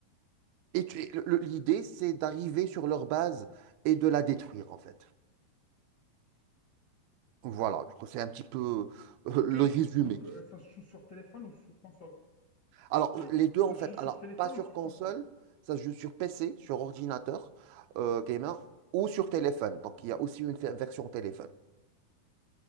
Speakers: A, on the right; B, on the left.
A: Et tu- le- le- l'idée, c'est d'arriver sur leur base et de la détruire,
B: Ok.
A: en fait. Voilà, donc c'est un petit peu euh,
B: Ok.
A: <laughs> le résumé.
B: Donc, euh, ça se joue sur téléphone ou sur console?
A: Alors,
B: Oui.
A: euh, les deux,
B: Ça
A: en
B: se
A: fait,
B: joue sur
A: alors,
B: téléphone
A: pas sur
B: ou sur
A: console,
B: console?
A: ça se joue sur PC, sur ordinateur euh, gamer, ou
B: Ok,
A: sur téléphone. Donc,
B: ok,
A: il y a aussi une fa- version téléphone.